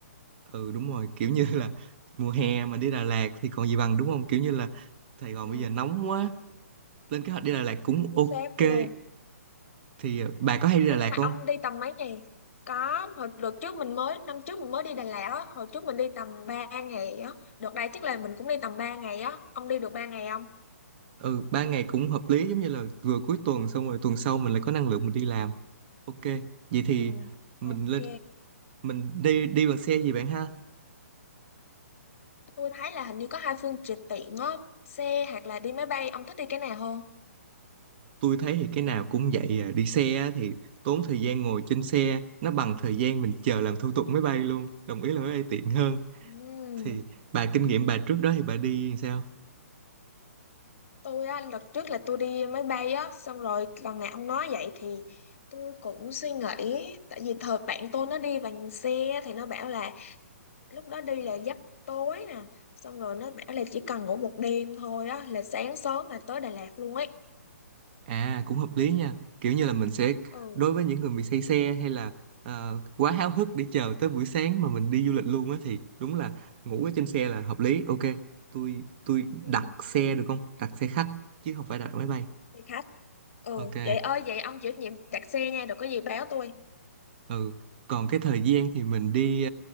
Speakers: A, on the right; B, on the left.
A: Ừ đúng rồi, kiểu như là mùa hè mà đi Đà Lạt thì còn gì bằng đúng không? Kiểu như là Sài Gòn
B: Ừ,
A: bây giờ nóng quá. Lên kế hoạch đi Đà Lạt cũng
B: chính
A: ok.
B: xác luôn.
A: Thì ờ, bà có hay đi
B: Ờ,
A: Đà Lạt
B: nhưng mà
A: không?
B: ông đi tầm mấy ngày? Có, hồi đợt trước mình mới, năm trước mình mới đi Đà Lạt á, hồi trước mình đi tầm 3 ngày á. Đợt đây chắc là mình cũng đi tầm ba ngày á. Ông đi được 3 ngày không?
A: Ừ, ba ngày cũng hợp lý giống như là vừa cuối tuần xong rồi tuần sau mình lại có năng lượng mình đi làm. Ok, vậy
B: Ừ,
A: thì mình
B: ok.
A: lên mình đi đi bằng xe gì bạn ha?
B: Tôi thấy là hình như có hai phương tiện tiện á, xe hoặc là đi máy bay, ông thích đi cái nào hơn?
A: tôi thấy thì cái nào cũng vậy à. Đi xe á thì tốn thời gian ngồi trên xe nó bằng thời gian mình chờ làm thủ tục máy bay luôn đồng ý là máy bay tiện hơn
B: Ừ.
A: thì bà kinh nghiệm bà trước đó thì bà đi sao
B: tôi á lần trước là tôi đi máy bay á xong rồi lần nào ông nói vậy thì tôi cũng suy nghĩ tại vì thời bạn tôi nó đi bằng xe thì nó bảo là lúc đó đi là giấc tối nè xong rồi nó bảo là chỉ cần ngủ một đêm thôi á là sáng sớm là tới Đà Lạt luôn ấy
A: à cũng hợp lý nha kiểu như là mình sẽ
B: ừ
A: đối với những người bị say xe hay là ờ, quá háo hức để chờ tới buổi sáng mà mình đi du lịch luôn á thì đúng là ngủ ở trên xe là hợp lý ok tôi tôi
B: ừ
A: đặt xe được không đặt xe khách chứ không phải đặt máy bay
B: xe khách ừ
A: ok
B: vậy ơi vậy ông chịu trách nhiệm đặt xe nha đừng có gì báo tôi
A: ừ còn cái thời gian thì mình đi